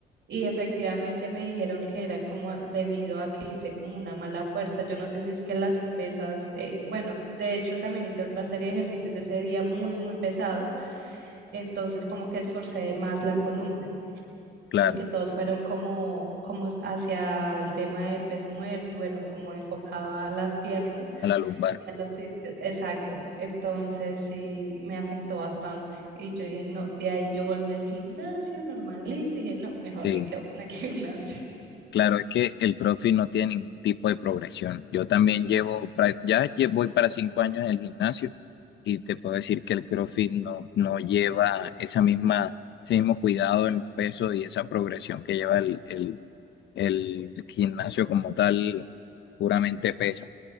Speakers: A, on the right (about 70°); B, on the left (about 65°).
A: Y efectivamente me dijeron que era como debido a que hice como una mala fuerza. Yo no sé si es que las pesas, eh, bueno, de hecho también hice otra serie de ejercicios ese día muy, muy pesados. Entonces como que esforcé más la columna
B: claro,
A: porque todos fueron como, como hacia el tema del peso muerto y bueno, como enfocado a las piernas
B: a la lumbar.
A: y a los discos. Exacto. Entonces sí me afectó bastante. Y yo dije, no, de ahí yo volví al gimnasio normalito y dije, no, mejor
B: Sí.
A: me quedo con el <laughs> gimnasio.
B: Claro, es que el CrossFit no tiene ningún tipo de progresión. Yo también llevo, pra- ya lle- voy para cinco años en el gimnasio y te puedo decir que el CrossFit no, no lleva esa misma, ese mismo cuidado en los pesos y esa progresión que lleva el, el, el gimnasio como tal, puramente pesa.